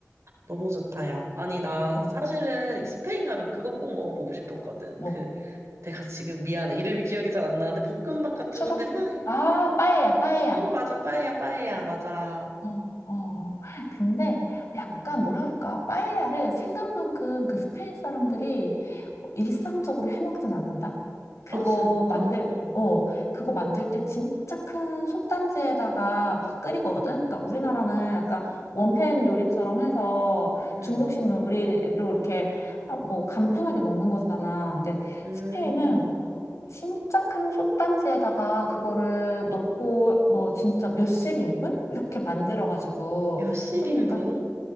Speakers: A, on the right; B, on the left.
A: 너무 좋다, 야. 아니, 나
B: 어,
A: 사실은 스페인 가면 그거 꼭 먹어보고 싶었거든.
B: 뭐,
A: 그, 내가 지금 미안해. 이름이 기억이 잘 안 나는데, 볶음밥 같은
B: 추러스,
A: 건데, 막,
B: 아, 빠에야, 빠에야.
A: 어, 맞아, 빠에야, 빠에야, 맞아.
B: 어, 어. 근데 약간
A: 응.
B: 뭐라 할까? 빠에야를 생각만큼 그 스페인 사람들이 어, 일상적으로 해먹진 않는다? 그거
A: 아, 진짜?
B: 만들,
A: 어.
B: 어, 그거 만들 때 진짜 큰 솥단지에다가 막 끓이거든? 그러니까 우리나라는 약간 원팬 요리처럼 해서
A: 응.
B: 중국식 요리로 이렇게 아, 뭐 간편하게 먹는 거잖아. 근데
A: 음.
B: 스페인은 진짜 큰 솥단지에다가 그거를 넣고 뭐 진짜 몇십 인분? 이렇게 만들어가지고
A: 몇십
B: 좀
A: 인분?
B: 약간